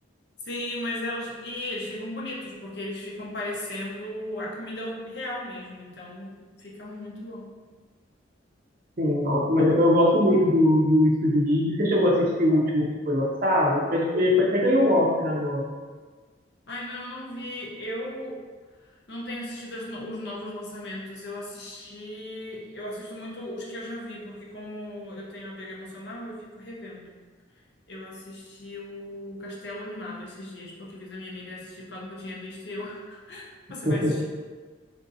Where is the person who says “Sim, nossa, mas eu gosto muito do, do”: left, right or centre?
Right